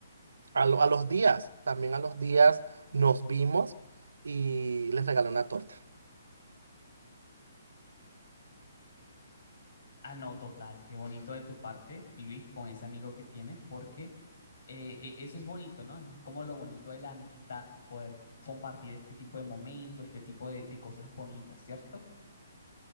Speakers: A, on the right; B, on the left.
A: a, lo- a los días, también a los días nos vimos y les regalé una torta.
B: Ah, no, total, qué bonito de tu parte, Luis, con ese amigo que tienes, porque eh, e- eso es bonito, ¿no? Es como lo bonito de la amistad, poder compartir este tipo de momentos, este tipo de de cosas bonitas, ¿cierto?